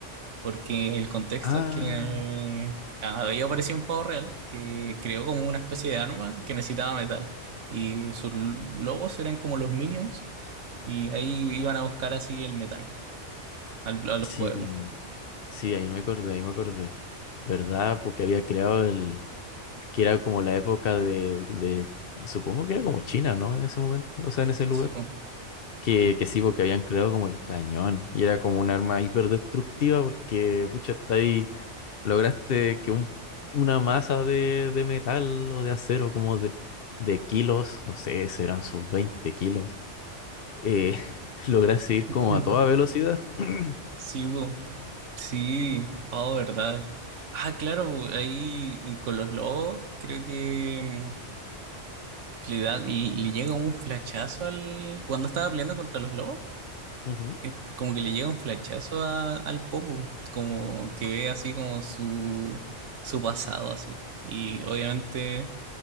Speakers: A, on the right; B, on the left.
A: porque el contexto
B: Ah,
A: es que eh, había aparecido un pavo real que creó como una especie de arma que necesitaba metal y sus lobos eran como los minions y ahí iban a buscar así el metal al- a los
B: sí,
A: pueblos.
B: sí, ahí me acordé, ahí me acordé. ¿Verdad? Porque había creado el, que era como la época de, de, supongo que era como China, ¿no? En ese momento, o sea, en ese lugar.
A: Sí, pu.
B: Que, que sí, porque habían creado como el cañón y era como un arma hiperdestructiva porque, pucha, está ahí, lograste que un, una masa de, de metal o de acero como de, de kilos, no sé, serán sus 20 kilos, eh, <laughs> lograste ir
A: <laughs>
B: como a toda velocidad. <clears throat>
A: Sí, bu. Sí, oh, verdad. Ah, claro, ahí y con los lobos, creo que mm, le da, le, le llega un flachazo al. Cuando estaba peleando contra los lobos,
B: Ujú.
A: eh, como que le llega un flachazo a- al Popo, como que ve así como su, su pasado así. Y obviamente,